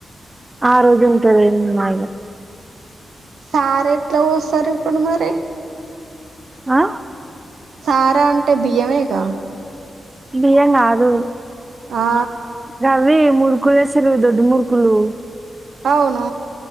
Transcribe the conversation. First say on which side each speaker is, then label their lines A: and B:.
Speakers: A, on the right; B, on the right.
A: ఆ రోజు ఉంటారు నిమా ఇగా.
B: సార్ ఎట్లా వొస్తారు ఇప్పుడు మరి.
A: ఆ.
B: సారా అంటే బియ్యమేకా.
A: బియ్య గాదు
B: ఆ
A: గవ్వి. మూడుకులేసింర్రు దొడ్డు మూడుకులు.
B: అవును.